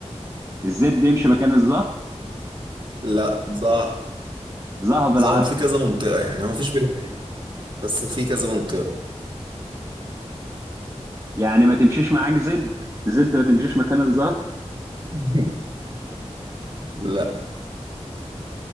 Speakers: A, on the right; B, on the right.
A: الزد يمشي مكان الظه
B: لا ظهر
A: ظه بالعربي
B: ظهر في كذا منطقة يعني ما فيش بلاد يعني، بس في كذا منطقة
A: يعني ما تمشيش معاك زد زد ما تمشيش مكان الظه
B: <laughs> لا